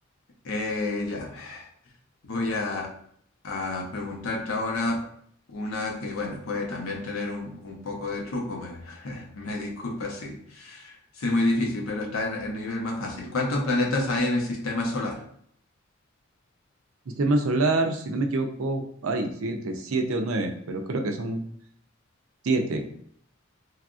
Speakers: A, on the left; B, on the right.
A: Eh, ya. Voy a, a preguntarte ahora una que, bueno, puede también tener un, un poco de truco, me, <laughs> me disculpa si, si es muy difícil, pero está en el nivel más fácil. ¿Cuántos planetas hay en el sistema solar?
B: Sistema solar, si no me equivoco, ay, sí, entre siete o nueve, pero creo que son siete.